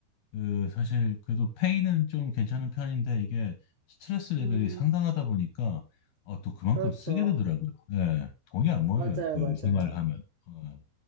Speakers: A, on the left (about 75°); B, on the right (about 80°).
A: 그 사실 그래도 페이는 좀 괜찮은 편인데 이게 스트레스 레벨이
B: 음,
A: 상당하다 보니까 어, 또 그만큼
B: 그렇죠.
A: 쓰게 되더라고요. 예, 돈이 안 모여요.
B: 맞아요,
A: 그
B: 맞아요.
A: 생활을 하면. 어,